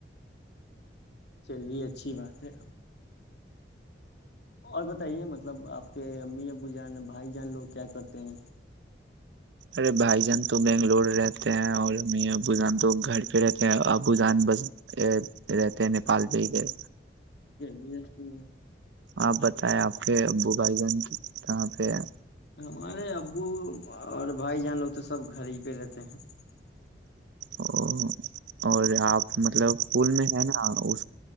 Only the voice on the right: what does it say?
ارے بھائی جان تو بنگلور رہتے ہیں اور ہم ابو جان تو گھر پہ رہتے ہیں ابو جان بس پ رہتے نیپال بھیی گئے
آپ بتائے آپ کے ابو بھائی جان کہاں پہ ہے
اوو اور آپ مطلب پھول میں ہے نا اس